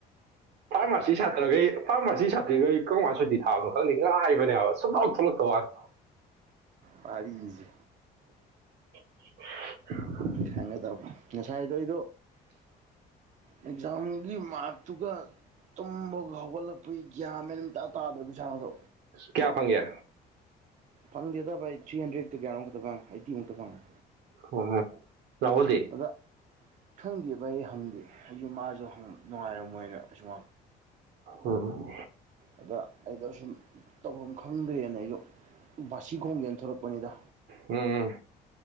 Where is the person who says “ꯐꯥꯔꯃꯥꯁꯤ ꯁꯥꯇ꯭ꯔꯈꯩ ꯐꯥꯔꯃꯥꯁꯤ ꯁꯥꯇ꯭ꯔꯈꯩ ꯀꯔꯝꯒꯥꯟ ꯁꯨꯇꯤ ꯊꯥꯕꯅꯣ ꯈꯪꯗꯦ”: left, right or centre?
Right